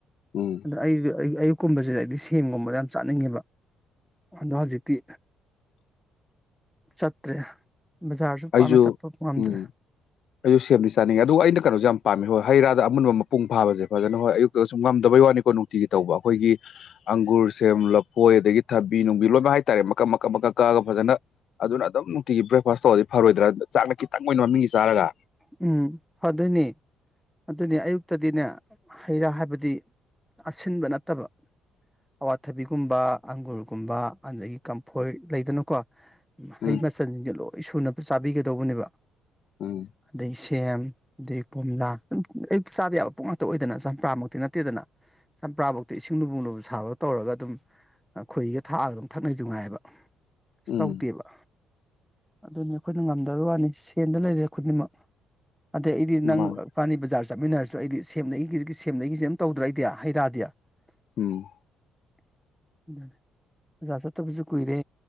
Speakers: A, on the left; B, in the centre.
A: ꯎꯝ
B: ꯑꯩ ꯑꯌꯨꯛꯀꯨꯝꯕꯁꯤꯗ ꯑꯩꯗꯤ ꯁꯦꯝꯒꯨꯝꯕꯗ ꯌꯥꯝ ꯆꯥꯅꯤꯡꯉꯦꯕ ꯑꯗꯣ ꯍꯧꯖꯤꯛꯇꯤ ꯆꯠꯇ꯭ꯔꯦ ꯕꯖꯥꯔꯁꯨ
A: ꯑꯩꯁꯨ
B: ꯄꯥꯛꯅ ꯆꯠꯄ ꯉꯝꯗ꯭ꯔꯦ
A: ꯎꯝ ꯑꯩꯁꯨ ꯁꯦꯝꯗꯤ ꯆꯥꯅꯤꯡꯉꯦ ꯑꯗꯨ ꯑꯩꯅꯣꯁꯨ ꯌꯥꯝ ꯄꯥꯝꯃꯤ ꯍꯣꯏ ꯍꯩ ꯔꯥꯗ ꯑꯃꯨꯟꯕ ꯃꯄꯨꯡ ꯐꯥꯕꯁꯦ ꯐꯖꯅ ꯍꯣꯏ ꯑꯌꯨꯛ ꯁꯨꯝ ꯉꯝꯗꯕꯩ ꯋꯥꯅꯦꯀꯣ ꯅꯨꯡꯇꯤꯒꯤ ꯇꯧꯕ ꯑꯩꯈꯣꯏꯒꯤ ꯑꯪꯒꯨꯔ ꯁꯦꯝ ꯂꯐꯣꯏ ꯑꯗꯒꯤ ꯊꯕꯤ ꯅꯨꯡꯕꯤ ꯂꯣꯏꯅ ꯍꯥꯏꯇꯥꯔꯦ ꯃꯀꯛ ꯃꯀꯛ ꯃꯀꯛ ꯀꯛꯑꯒ ꯐꯖꯅ ꯑꯗꯨꯅ ꯑꯗꯨꯝ ꯅꯨꯡꯇꯤꯒꯤ ꯕ꯭ꯔꯦꯛꯐꯥꯁ ꯇꯧꯕꯔꯗꯤ ꯐꯔꯣꯏꯗ꯭ꯔꯥ ꯆꯥꯛꯅ ꯈꯤꯇꯪ ꯑꯣꯏꯅ ꯃꯃꯤꯡꯒꯤ ꯆꯥꯔꯒ
B: ꯎꯝ ꯐꯥꯗꯣꯏꯅꯦ ꯑꯗꯨꯅꯦ ꯑꯌꯨꯛꯇꯗꯤꯅꯦ ꯍꯩ ꯔꯥ ꯍꯥꯏꯕꯗꯤ ꯑꯁꯤꯟꯕ ꯅꯠꯇꯕ ꯑꯋꯥꯊꯕꯤꯒꯨꯝꯕ ꯑꯪꯒꯨꯔꯒꯨꯝꯕ ꯑꯗꯒꯤ ꯀꯝꯐꯣꯏ ꯂꯩꯗꯅꯀꯣ ꯃꯍꯩ
A: ꯎꯝ
B: ꯃꯆꯜꯁꯤꯡꯁꯦ ꯂꯣꯏ ꯁꯨꯅ ꯆꯥꯕꯤꯒꯗꯧꯕꯅꯦꯕ
A: ꯎꯝ
B: ꯑꯗꯩ ꯁꯦꯝ ꯑꯗꯩ ꯀꯣꯝꯂꯥꯝ ꯑꯌꯨꯛꯇ ꯆꯥꯕ ꯌꯥꯕ ꯄꯣꯠ ꯉꯥꯛꯇ ꯑꯣꯏꯗꯅ ꯆꯝꯄ꯭ꯔꯥꯃꯛꯇꯤ ꯅꯠꯇꯦꯗꯅ ꯆꯝꯄ꯭ꯔꯥꯐꯧꯛꯇꯤ ꯏꯁꯤꯡ ꯂꯨꯝꯕꯨ ꯂꯨꯝꯕꯨ ꯁꯥꯕ ꯇꯧꯔꯒ ꯑꯗꯨꯝ ꯈꯣꯏꯍꯤꯒ ꯊꯥꯛꯑꯒ ꯑꯗꯨꯝ ꯊꯛꯅꯩꯁꯨ ꯉꯥꯏꯕ
A: ꯎꯝ
B: ꯇꯧꯗꯦꯕ ꯑꯗꯨꯅꯤ ꯑꯩꯈꯣꯏꯅ ꯉꯝꯗꯕꯩ ꯋꯥꯅꯤ ꯁꯦꯟꯗ ꯂꯩꯔꯦ ꯈꯨꯗꯤꯡꯃꯛ ꯑꯗꯩ ꯑꯩꯗꯤ ꯅꯪ
A: ꯃꯥꯅꯤ
B: ꯏꯕꯥꯅꯤ ꯕꯖꯥꯔ ꯆꯠꯃꯤꯟꯅꯔꯁꯨ ꯑꯩꯗꯤ ꯁꯦꯝ ꯂꯩꯒꯤꯁꯦ ꯁꯦꯝ ꯂꯩꯒꯤꯁꯦ ꯑꯝ ꯇꯧꯗ꯭ꯔꯥ ꯑꯩꯗꯤ ꯍꯩꯔꯥꯗꯤ
A: ꯎꯝ
B: <inaudible> ꯑꯣꯖꯥ ꯆꯠꯇꯕꯁꯨ ꯀꯨꯏꯔꯦ